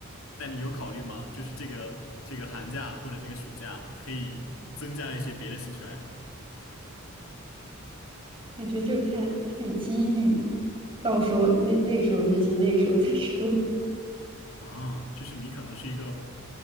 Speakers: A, on the left; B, on the right.
A: 那你有考虑吗？就是这个这个寒假或者这个暑假，可以增加一些别的兴趣爱好。
B: <laughs> 感觉这个看看机遇，到时候那那个时候事情，那个时候再说。
A: 啊，就是你可能是一个